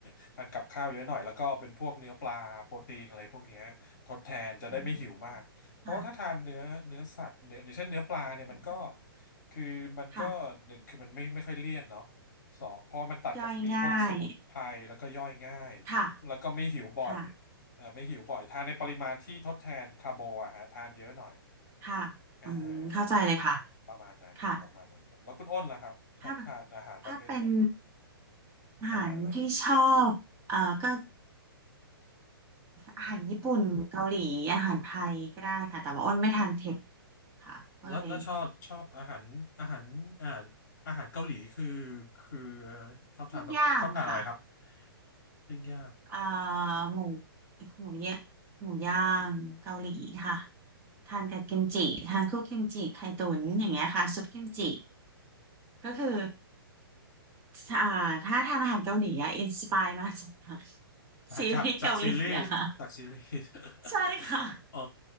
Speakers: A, on the left (about 50°); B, on the right (about 20°).
A: <laughs> ทานกับข้าวเยอะหน่อย แล้วก็เป็นพวกเนื้อปลาโปรตีนอะไรพวกเนี้ยทดแทนจะได้ไม่หิวมากเพราะว่าถ้าทานเนื้อเนื้อสัตว์เนื้ออย่างเช่นเนื้อปลาเนี่ยมันก็
B: อืมค่ะเข้าใจ
A: คือมันก็หนึ่งคือมันไม่ไม่ค่อยเลี่ยนเนาะ
B: ค่ะ
A: สองเพราะมันตัดกับมีพวกสมุนไพรแล้วก็ย่อยง่าย
B: ย่อยง่าย ค่ะ
A: แล้วก็ไม่หิวบ่อย
B: ค่ะ
A: เออไม่หิวบ่อยทานในปริมาณที่ทดแทนคาร์โบอะฮะทานเยอะหน่อย
B: ค่ะอืมเข้าใจเลยค่ะ
A: อ่าประมาณนั้นประมาณนั้นครับแล้วคุณอ้นล่ะครับชอบทานอาหารประเภทไหน
B: ค่ะถ้าถ้าเป็นอาหารที่ชอบเอ่อก็
A: อาหารอะไร
B: อาหารญี่ปุ่นเกาหลีอาหารไทยก็ได้ค่ะแต่ว่าอ้นไม่ทานเผ็ดค่ะก็เลย
A: แล้วแล้วชอบชอบอาหารอาหารอ่าอาหารเกาหลีคือคือเอ่อชอบทานแบบชอบทานอะไรครับ
B: ปิ้งย่างค่ะ
A: ปิ้งย่าง
B: เอ่อหมูหมูเยะหมูย่างเกาหลีค่ะทานกับกิมจิทานคู่กิมจิไข่ตุ๋นอย่างเงี้ยค่ะซุปกิมจิ ก็คืออ่าถ้าทานอาหารเกาหลีอะอินสปายมาจากซีรีส์
A: จากจากซีรีส์จากซีรีส์
B: <laughs> เกาหลีอะค่ะใช่ค่ะ
A: <laughs> เอ่อ